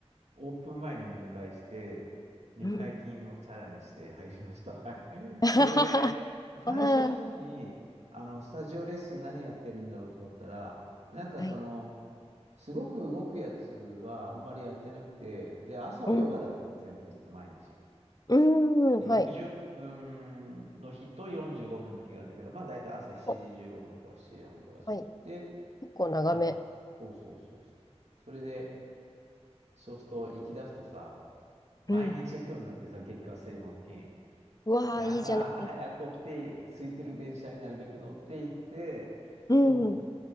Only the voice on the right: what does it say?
オープン前に入会して、入会金をチャラにして入りました。
はい。<laughs>
それで、最初の時に、あの、スタジオレッスン何やってるんだろうと思ったら、なんかその、
すごく動くやつはあんまりやってなくて、で、朝はヨガだったの、
全部ずっと毎日。
で、60分の日と45分の日があるんだけど、
まあ大体朝7時15分とか7時半から始まって、
あ、そうそうそうそう。それで、そうすると行き出すとさ、毎日行くようになってさ、
月火水木金。
で、朝、
朝早く起きて、空いてる電車になるべく乗っていって、
そう、